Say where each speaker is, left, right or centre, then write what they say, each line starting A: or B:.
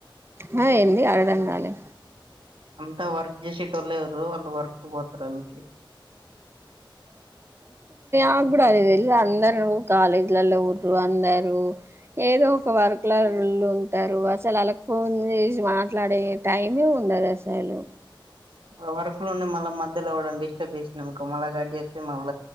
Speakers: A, on the right; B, on the right.
A: హ ఏంది అర్ధంగాలె
B: అంత వర్క్ జేశె ట్టోల్లె ఉర్రు వాళ్ళు వర్కి పోతర్ అందుకె
A: నాక్ గుడ అదె తెల్స అందరు కాలేజ్లల్ల ఉర్రు అందరూ ఏదో ఒక వర్క్లలలుంటరు అసల్ ఆళ్ళక్ ఫోన్ చేసి మాట్లాడే టైమే ఉన్ డద్ అసలు
B: మల్ల వర్క్ లో ఉంది మళ్ళ మధ్యల ఎవడన్న డిస్టర్బ్ చేసిండనుకో మళ్ళ కట్ చేస్తే మళ్ళ